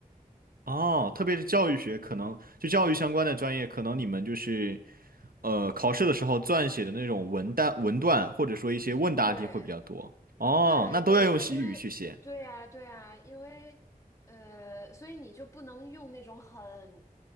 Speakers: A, on the right; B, on the left.
A: 哦，特别是教育学，可能就教育相关的专业，可能你们就是呃，考试的时候撰写的那种文段、文段，或者说一些问答题会比较多。
B: 对
A: 哦，
B: 对对对，
A: 那都要用西语去写。
B: 因为对呀对呀，因为呃，所以你就不能用那种很